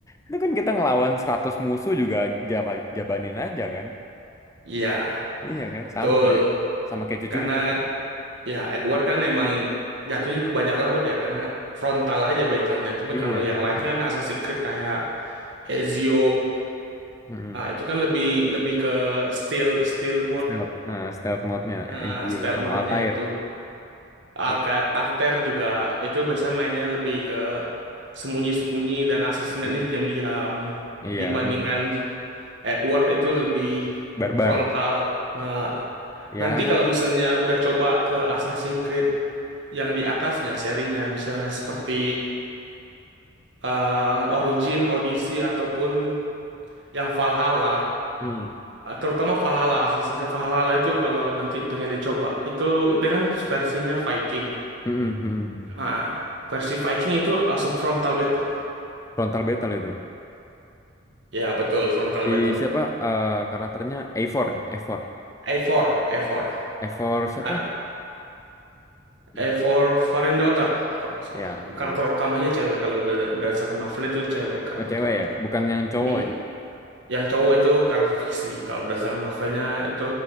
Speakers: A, on the left; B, on the right.
A: Itu kan kita ngelawan 100 musuh juga jaba, jabanin aja kan.
B: Iya
A: Iya kan
B: betul
A: sama kayak sama kayak cucunya
B: karena
A: tuh.
B: kan Ya, Edward kan emang jatuhnya ke Bajak dia karena frontal aja battle-nya. Cuma
A: Iya
B: kalau yang
A: kan.
B: lain kan Assassin's Creed kayak Ezio,
A: Heeh.
B: ah, itu kan lebih lebih ke stealth stealth mode,
A: Stealth, eh, stealth mode-nya
B: nah,
A: Ezio
B: stealth
A: sama
B: mode-nya
A: Altair.
B: itu. Alka,
A: Apa
B: Alter juga itu biasanya mainnya lebih ke sembunyi-sembunyi dan assassinate-nya
A: itu?
B: diam-diam
A: Iya,
B: dibandingkan
A: mm,
B: Edward itu lebih
A: barbar.
B: frontal. Nah.
A: Ya,
B: Nanti kalau misalnya udah coba ke Assassin's Creed yang di atasnya serinya, misalnya seperti eh, Origin, Odyssey ataupun yang Valhalla,
A: mm.
B: eh, terutama Valhalla, Assassin's Creed Valhalla itu kalau nanti pengen dicoba, itu dia kan versinya Viking.
A: Mm-mm, mm-mm.
B: Nah, versi Viking itu langsung frontal battle.
A: Frontal battle itu.
B: Ya, betul, frontal
A: Di
B: battle.
A: siapa eh, karakternya A4, A4.
B: A4, A4.
A: A4 siapa?
B: Nah,
A: Duh,
B: A4 Foreign Daughter, kalau nggak
A: ya,
B: salah.
A: Karin.
B: Karakter utamanya cewek, kalau berda- berdasarkan novel itu cewek karakter
A: Oh, cewek
B: utamanya.
A: ya, bukan yang cowok
B: Hmm.
A: ya.
B: Yang cowok itu karakter fiksi. Kalau berdasarkan novelnya itu